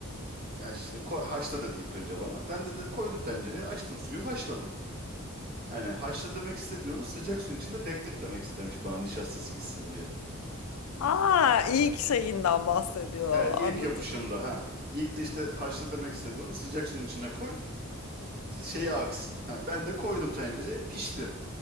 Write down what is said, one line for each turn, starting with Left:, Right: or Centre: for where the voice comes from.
Right: Ya işte koy, haşla dedi ilk önce bana. Ben de, dedi koydum tencereyi açtım suyu haşladım. Hani haşla demek istediğini sıcak suyun içinde beklet demek istemiş bana nişastası gitsin diye.
Left: Aa ilk şeyinden bahsediyor
Right: Evet
Left: anladım.
Right: ilk yapışımda ha. İlk de işte haşla demek istediğini sıcak suyun içine koy. İşte şeyi aksın. Ha, ben de koydum tencereye pişti.